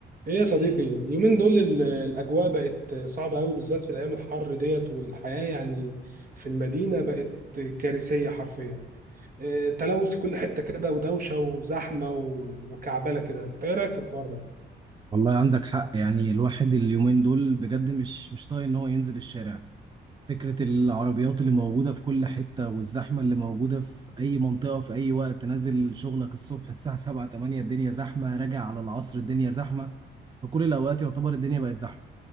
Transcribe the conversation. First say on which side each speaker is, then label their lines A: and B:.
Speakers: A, on the right; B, on the right.
A: ايه يا صديقي اليومين دول ال- الاجواء بقت صعبه قوي بالذات في الايام الحر ديت والحياه يعني في المدينه بقت كارثيه حرفيا إيه، تلوث في كل حته كده ودوشه وزحمه و- وكعبله كده انت ايه رايك في الحوار ده
B: والله عندك حق يعني الواحد اليومين دول بجد مش مش طايق ان هو ينزل الشارع فكرة العربيات اللي موجودة في كل حتة والزحمة اللي موجودة في أي منطقة في أي وقت نازل شغلك الصبح الساعة 7 8 الدنيا زحمة راجع على العصر الدنيا زحمة فكل الأوقات يعتبر الدنيا بقت زحمة